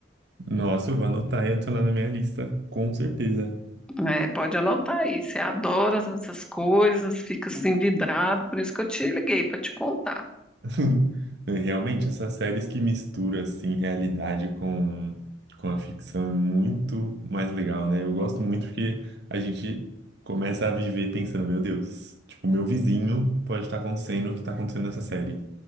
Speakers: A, on the right; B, in the centre.
A: nossa, eu vou anotar e adicionar na minha lista, com certeza.
B: É, pode anotar aí. Você adora essas coisas, fica assim vidrado, por isso que eu te liguei para te contar.
A: <laughs> Realmente, essas séries que misturam assim realidade com com a ficção é muito mais legal, né? Eu gosto muito porque a gente começa a viver pensando, meu Deus, tipo, meu vizinho pode estar acontecendo o que está acontecendo nessa série.